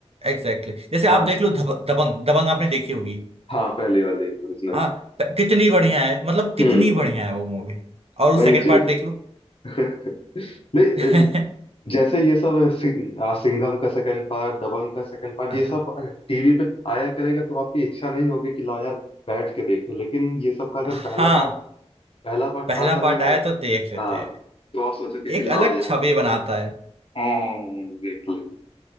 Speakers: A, on the right (about 65°); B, on the left (about 60°).
A: एग्जैक्टली exactly. जैसे आप
B: हाँ
A: देख लो धब, दबंग दबंग आपने देखी होगी
B: हाँ पहले वाले ओरिजिनल
A: हाँ प- कितनी बढ़िया है मतलब कितनी
B: हम्म
A: बढ़िया है वो मूवी और वो
B: वही
A: सेकंड
B: चीज
A: पार्ट देख लो
B: <laughs> नहीं अ,
A: <laughs>
B: जैसे ये सब सिं- आ, सिंघम का सेकंड पार्ट दबंग का सेकंड पार्ट
A: हाँ
B: ये सब टीवी पे आया करेगा तो आपकी इच्छा नहीं होगी कि लाओ यार बैठ के देखो लेकिन ये सब का अगर
A: हाँ,
B: पहला पार्ट पहला पार्ट
A: पहला
B: आता रहेगा
A: पार्ट आया तो देख लेते
B: हाँ
A: हैं
B: तो आप सोचोगे कि
A: एक
B: लाओ
A: अलग
B: यार
A: छवि बनाता है
B: हाँ देख ले